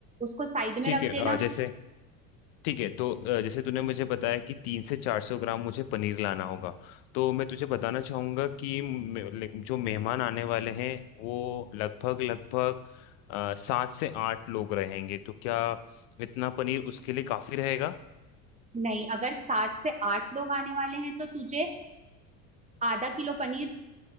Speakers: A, on the right; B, on the left.
A: उसको साइड
B: ठीक
A: में रख
B: है अ,
A: देना
B: जैसे ठीक है तो अ, जैसे तूने मुझे बताया कि तीन से चार सौ ग्राम मुझे पनीर लाना होगा तो मैं तुझे बताना चाहूँगा कि मे- लाइक जो मेहमान आने वाले हैं वो लगभग लगभग अ, सात से आठ लोग रहेंगे तो क्या इतना पनीर उसके लिए काफ़ी रहेगा
A: नहीं अगर सात से आठ लोग आने वाले हैं तो तुझे आधा किलो पनीर